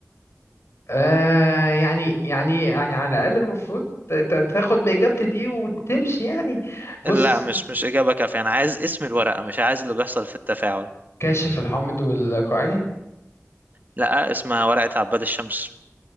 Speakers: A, on the left; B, on the right.
A: آه يعني يعني يعني على الاقل المفروض ت- ت- تاخد باجابتي دي وتمشي يعني بص
B: لا مش مش إجابة كافية أنا عايز اسم الورقة مش عايز اللي بيحصل في التفاعل
A: كاشف الحامض والقاعدي
B: لا اسمها ورقة عباد الشمس